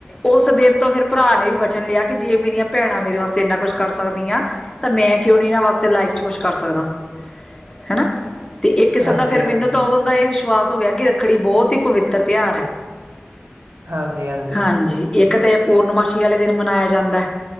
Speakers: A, on the left; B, on the right.
A: ਉਸ ਦਿਨ ਤੋਂ ਫਿਰ ਭਰਾ ਨੇ ਵੀ ਵਚਨ ਲਿਆ ਕਿ ਜੇ ਮੇਰੀਆਂ ਭੈਣਾਂ ਮੇਰੇ ਵਾਸਤੇ ਇਨਾ ਕੁਛ ਕਰ ਸਕਦੀਆਂ ਤਾਂ ਮੈਂ ਕਿਉਂ ਨੀ ਇਹਨਾਂ ਵਾਸਤੇ ਲਾਈਫ ਚ ਕੁਛ ਕਰ ਸਕਦਾ ਹਨਾ। ਤੇ ਇੱਕ ਕਿਸਮ
B: ਹਾਂਜੀ
A: ਦਾ ਫਿਰ
B: ਹਾਂ
A: ਮੈਨੂੰ ਤਾਂ ਉਦੋਂ ਦਾ ਇਹ ਵਿਸ਼ਵਾਸ ਹੋ ਗਿਆ ਕਿ ਰੱਖੜੀ ਬਹੁਤ ਹੀ ਪਵਿੱਤਰ ਤਿਉਹਾਰ ਹੈ।
B: ਹਾਂਜੀ-ਹਾਂਜੀ
A: ਹਾਂਜੀ ਇੱਕ ਤਾਂ ਪੂਰਨਮਾਸ਼ੀ ਵਾਲੇ ਦਿਨ ਮਨਾਇਆ ਜਾਂਦਾ ਹੈ।